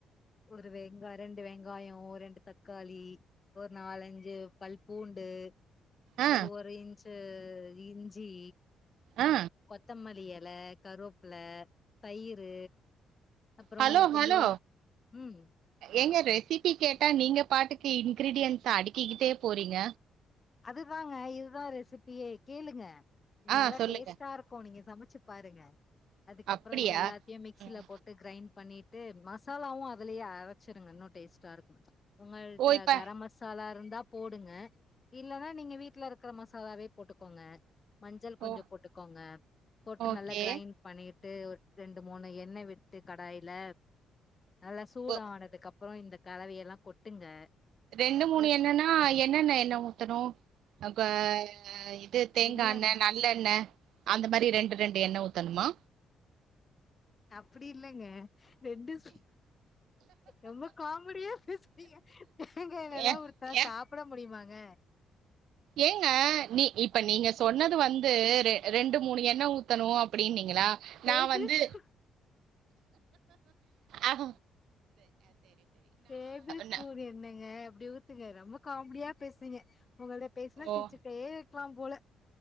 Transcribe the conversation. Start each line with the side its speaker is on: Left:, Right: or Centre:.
Left: ஒரு வெங்காய ரெண்டு வெங்காய ஒரு ரெண்டு தக்காளி ஒரு நாலஞ்சு பல் பூண்டு
Right: ஆ
Left: ஒரு ஒரு இன்ச் டு இஞ்சி
Right: ஆ
Left: கெத்தமல்லி இலை கருவேப்பல தயிரு அப்புறம்
Right: ஹலோ
Left: கொஞ்சம்
Right: ஹலோ
Left: ம்.
Right: எங்க ரெசிபி கேட் டே நீங்க பாட்டுக்கு இன்கிரீடியன்ஸ் அடுக்கிக்கிட்டே போறீங்க
Left: அதுதாங்க இதுதா ரெசிபியே கேளுங்க இது
Right: ஆ
Left: நல்லா
Right: சொல்லுங்க
Left: டேஸ்ட்டா இருக்கு நீங்க சமைச்சு பாருங்க அதுக்கப்புற
Right: அப்டியா
Left: இது எல்லாத்தையு மிக்சில
Right: ம்
Left: போட்டு கிரைண்ட் பண்ணிட் டு மசாலாவும் அதுலயே அரைச்சிருங்க இன்னு டேஸ்ட்டா இருக்கு உங்கள்ட்ட
Right: ஓ இப்ப
Left: கரம் மசாலா இருந்தா போடுங்க இல்லனா நீங்க வீட்டுல இருக்கற மசாலாவே போட்டுக்கோங்க மஞ்சள் கொஞ்ச
Right: ஓ
Left: போட்டுக்கோங்க போட்டு
Right: ஓகே
Left: நல்லா கிரைண்ட் பண்ணி ட்டு ரெண்டு மூணு எண்ண விட்டு கடாய்ல நல்லா சூட
Right: ஒ
Left: ஆனதுக்கப் அப்புறோ இந்த கலவையல்லா கொட்டுங்க
Right: ரெண்டு மூணு
Left: கொட்
Right: என்னன்னா என்னென்ன எண்ணவு த்தனு ஆ இது தேங்காண்ண
Left: இல்லங்க.
Right: நல்லெண்ண அந்த மாரி ரெண்டு ரெண்டு எண்ண ஊத்தணுமா
Left: அப்டி இல்லங்க ரெண்டு சு ரொம்ப காமெடியா பேசுவீங்க தேங்கா எண்ணெய்லா
Right: ஏ
Left: குடுத்தா
Right: ஏ
Left: சாப்பிட முடியுமாங்க
Right: ஏங்க நீ இப்ப நீங்க சொன்னது வந்து ரெ ரெண்டு மூணு எண்ண உத் த்தணு அப்டினீங்களா
Left: டேபிள்
Right: நா வந்து
Left: ஸ்பூ
Right: ஆ
Left: டேபிள் ஸ்பூன்
Right: ந
Left: எண்ணங்க எப்டி ஊத் துங்க ரொம்ப காமெடியா பேசுரிங்க உங்கள்ட பேசுனா
Right: ஓ
Left: சிர்ச்சிட்டே ருப்பாம் போல